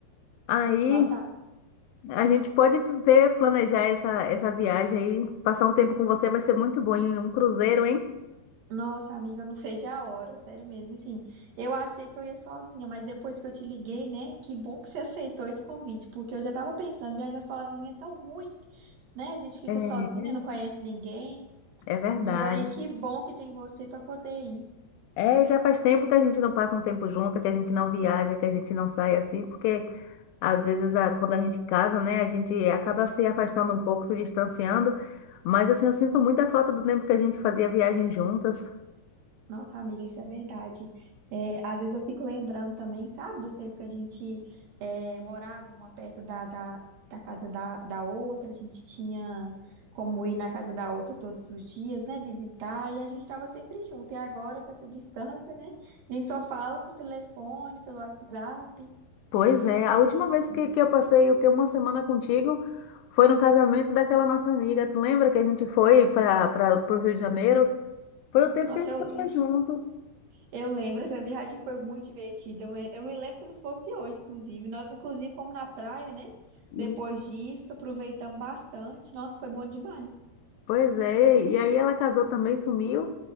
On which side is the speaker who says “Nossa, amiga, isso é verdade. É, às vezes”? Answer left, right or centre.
Right